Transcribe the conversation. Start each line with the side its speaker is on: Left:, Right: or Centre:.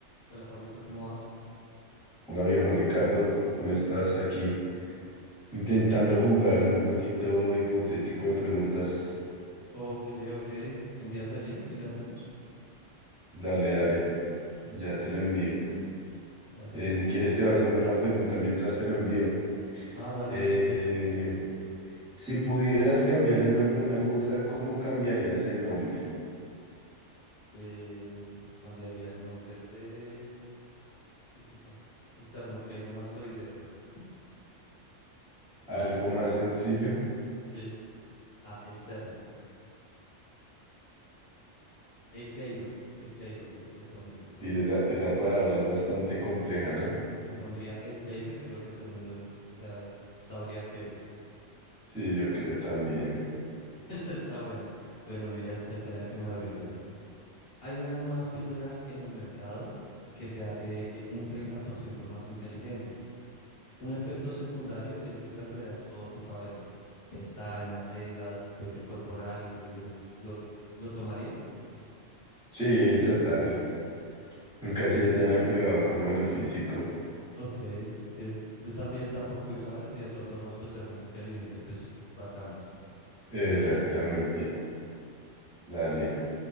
Left: Hola Pablito, ¿cómo vas?
Centre: Hola viejo Ricardo, ¿cómo estás aquí? Intentando jugar un jueguito hipotético de preguntas.
Left: Ok, ok. ¿Me envías el link y lo hacemos?
Centre: Dale, dale,
Left: Listo.
Centre: ya te lo envío.
Left: Dale.
Centre: Eh, si quieres te voy haciendo una pregunta mientras te lo envío.
Left: Ah, dale,
Centre: Eh,
Left: dale.
Centre: si pudieras cambiar el nombre de una cosa, ¿cómo cambiarías el nombre?
Left: Eh, cambiaría el nombre de... ¿De qué ca? Esternocleidomastoideo. <laughs>
Centre: Algo más sencillo.
Left: Sí. Ah, externo. Ecleido. Ecleido le, le pondría.
Centre: Sí, esa, esa palabra es bastante compleja, ¿no?
Left: Le pondría ecleido y creo que todo el mundo ya sabría qué es.
Centre: Sí, yo creo también.
Left: <laughs> Esa está buena. Bueno, mira esta que es la que me abrió ya. Hay una nueva píldora en el mercado que te hace eh, un 30% más inteligente. Un efecto secundario es que perderás todo tu cabello, pestañas, cejas, vello corporal incluido. ¿Lo, lo tomarías?
Centre: Sí, total. Nunca he sido tan apegado como a lo físico.
Left: Ok, ok. Yo también tampoco, y sabes, y de todas formas, pues ser más inteligente, pues bacán.
Centre: Exactamente. Dale.